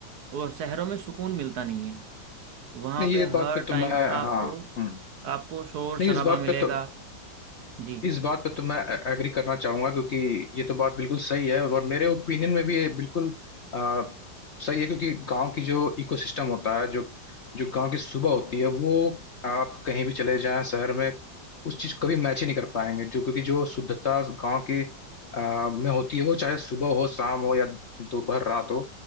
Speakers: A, on the right; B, on the left.
A: और शहरों में सुकून मिलता नहीं है वहाँ
B: नहीं
A: पे
B: ये बात
A: हर
B: पे तो
A: टाइम
B: मैं हाँ
A: आपको
B: हम्म नहीं
A: आपको शोर शराबा
B: इस बात
A: मिलेगा
B: पे तो
A: जी
B: इस बात पर तो मैं एग्री करना चाहूंगा क्योंकि ये तो बात बिल्कुल सही है और मेरे ओपिनियन में भी ये बिल्कुल आ, सही है क्योंकि गांव की जो इकोसिस्टम होता है जो जो गांव की सुबह होती है वो आप कहीं भी चले जाएं शहर में उस चीज को कभी मैच ही नहीं कर पाएंगे जो क्योंकि जो शुद्धता गांव की आ, में होती है वो चाहे सुबह हो शाम हो या दोपहर रात हो